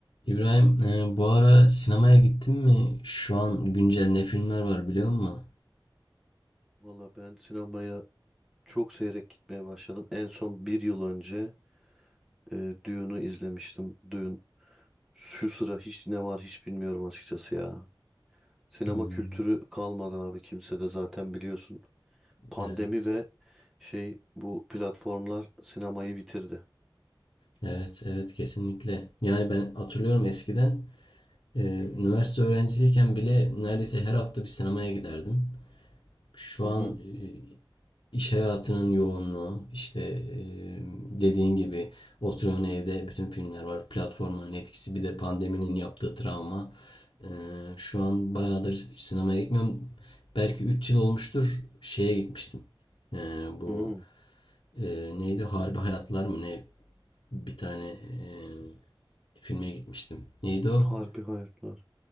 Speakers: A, on the left; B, in the centre.
A: İbrahim, e, bu ara sinemaya gittin mi? Şu an güncel ne filmler var biliyor musun?
B: Valla ben sinemaya çok seyrek gitmeye başladım. En son bir yıl önce e, Dune'u izlemiştim. Dune. Şu sıra hiç ne var hiç bilmiyorum açıkçası ya. Sinema
A: Hmm,
B: kültürü kalmadı abi kimsede zaten biliyorsun. Pandemi
A: evet.
B: ve şey bu platformlar sinemayı bitirdi.
A: Evet, evet kesinlikle. Yani ben hatırlıyorum eskiden e, üniversite öğrencisiyken bile neredeyse her hafta bir sinemaya giderdim. Şu
B: Hı
A: an
B: hı.
A: e, İş hayatının yoğunluğu, işte eee, dediğin gibi oturuyorsun evde bütün filmler var. Platformların etkisi bir de pandeminin yaptığı travma. Eee, şu an bayağıdır sinemaya gitmiyorum. Belki 3 yıl olmuştur şeye gitmiştim. Eee, bu
B: Hı hı.
A: eee, neydi? Harbi Hayatlar mı ne? Bir tane eee, filme gitmiştim. Neydi o?
B: Harbi hayatlar.